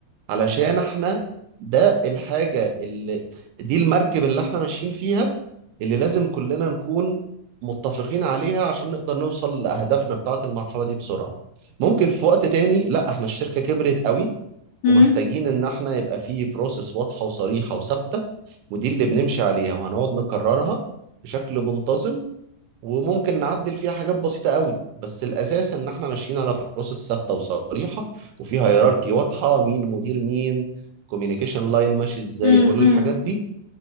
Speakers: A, on the right; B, on the left.
A: علشان احنا ده الحاجه اللي دي المركب اللي احنا ماشيين فيها اللي لازم كلنا نكون متفقين عليها عشان نقدر نوصل لأهدافنا بتاعة المرحلة دي بسرعة ممكن في وقت تاني لا احنا الشركة كبرت قوي
B: مم.
A: ومحتاجين ان احنا يبقى فيه بروسيس واضحه وصريحه وثابته ودي اللي بنمشي عليها وهنقعد نكررها بشكل منتظم وممكن نعدل فيها حاجات بسيطه قوي بس الاساس ان احنا ماشيين على بروسيس ثابته وصريحه وفيها هيراركي واضحه مين مدير مين كوميونيكيشن لاين ماشي ازاي
B: مم.
A: كل
B: مم.
A: الحاجات دي